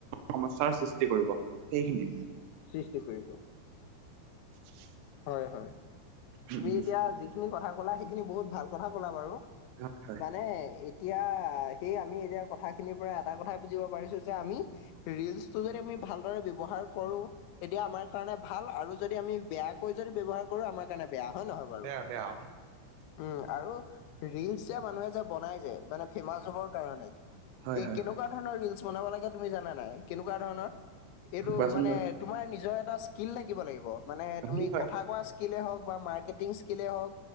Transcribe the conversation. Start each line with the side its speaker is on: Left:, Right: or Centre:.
Right: সমস্যাৰ সৃষ্টি কৰিব সেইখিনি।
Left: সৃষ্টি কৰিব।
Right: <unintelligible>
Left: হয় হয়,
Right: উম
Left: তুমি
Right: উম
Left: এতিয়া যিখিনি কথা কলা সেইখিনি বহুত ভাল কথা ক'লা বাৰু।
Right: হয় হয়
Left: মানে এই- এতিয়া সেই আমি এতিয়া কথাখিনিৰ পৰা এটা কথাই বুজিব পাৰিছো যে আমি- ৰিলচটো যদি আমি ভালদৰে ব্যৱহাৰ কৰো, তেতিয়া আমাৰ কাৰণে ভাল আৰু যদি আমি বেয়াকৈ যদি ব্যৱহাৰ <unintelligible> আমাৰ কাৰণে বেয়া হয় নহয় বাৰু?
Right: বেয়া বেয়া।
Left: উম, আৰু, ৰিলচ যে মানুহে যে বনাই যে মানে ফেমাচ হবৰ কাৰণে
Right: হয়
Left: এ
Right: হয়
Left: কেনেকোৱা ধৰণৰ ৰিলচ বনাব লাগে তুমি জানা নাই কেনেকোৱা ধৰণৰ এইটো
Right: কোৱাচোন
Left: মানে তোমাৰ নিজৰ এটা স্কিল থাকিব লাগিব মানে
Right: বাৰু
Left: তুমি কথা কোৱা স্কিলেই হওক বা মাৰ্কেটিং স্কিলেই হওক।